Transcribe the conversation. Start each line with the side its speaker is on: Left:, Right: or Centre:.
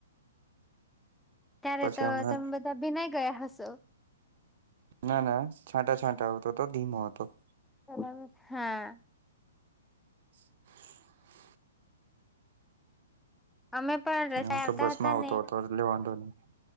Centre: ત્યારે
Right: પછી
Centre: તો
Right: હમણાં
Centre: તમે બધા ભીનાય ગયા હશો?
Right: ના-ના છાંટા-છાંટા આવતો તો ધીમો હતો.
Centre: હાલો હા,
Right: <inaudible>
Centre: અમે પણ રસાએ
Right: હું
Centre: આવતા
Right: બસ
Centre: હતા
Right: માં આવતો
Centre: ને
Right: હતો એટલે તો વાંધો ની.